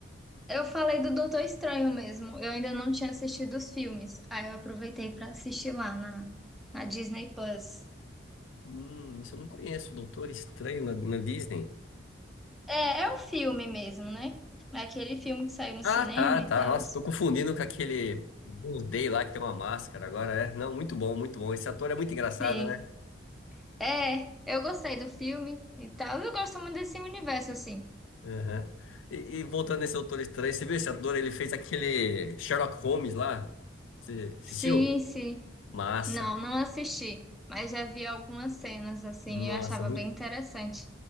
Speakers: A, in the centre; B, on the left.
A: Eu falei do Doutor Estranho mesmo. Eu ainda não tinha assistido os filmes. Aí eu aproveitei pra assistir lá na, na Disney Plus.
B: Hum, isso eu não conheço, Doutor Estranho na, na Disney.
A: É, é um filme mesmo, né? É aquele filme que saiu no
B: Ah,
A: cinema
B: tá,
A: e
B: tá.
A: tal.
B: Nossa, tô confundindo com aquele Blue Day lá que tem uma máscara agora, é. Não, muito bom, muito bom. Esse ator é muito engraçado,
A: Sim.
B: né?
A: É, eu gostei do filme e tal. Eu gosto muito desse universo, assim.
B: Aham. E, e voltando nesse Doutor Estranho, você viu esse ator? Ele fez aquele Sherlock Holmes lá. Você assistiu?
A: Sim, sim.
B: Massa.
A: Não, não assisti. Mas já vi algumas cenas, assim.
B: Nossa,
A: e Eu achava
B: muito,
A: bem interessante.